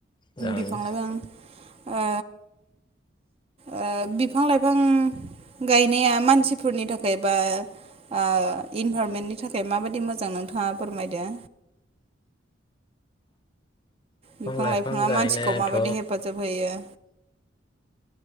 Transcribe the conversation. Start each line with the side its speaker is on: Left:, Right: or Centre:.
Left: जागोन
Right: बिफां
Left: दे
Right: लाइफां ओ ओ बिफां लाइफां गायनाया मानसिफोरनि थाखाय बा ओ इनभाररमेन्टनि थाखाय माबायदि मोजां नोंथांङा फोरमायदो। बिफां
Left: लाइफां
Right: लाइफाङा
Left: गायनायाथ'
Right: मानसिखौ माबायदि हेफाजाब होयो?